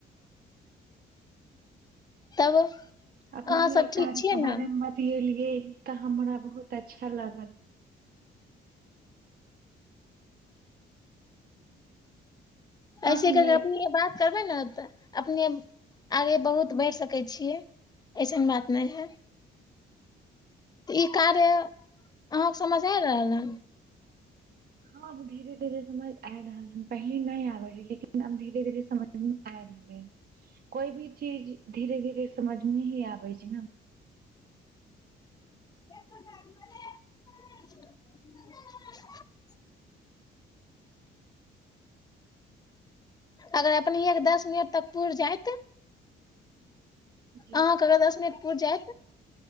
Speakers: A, on the left; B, on the right.
A: तब
B: अपने
A: अहाँ
B: ह
A: सब ठीक
B: कार्य
A: छियै
B: के बारेमे
A: ने
B: बतए लि गेल तऽ हमरा बहुत अच्छा लागल हँ
A: ऐसे
B: हमे
A: कर अपने बात करबै ने तऽ अपने आगे बहुत बढ़ि सकै छियै अऐसन बात नहि है तऽ ई कार्य अहाँके समझ आ रहल हन
B: हँ अब धीरे धीरे समझ आय रहल हन पहिले नहि आबे रहै लेकिन आब धीरे धीरे समझमे आय रहलै ह कोई भी चीज धीरे धीरे समझमे ही आबे छै ने
A: <unintelligible> अगर अपने एक दस मिनट तक ुर जायत
B: जी
A: अहाँ कग दस मिनट पुर जायत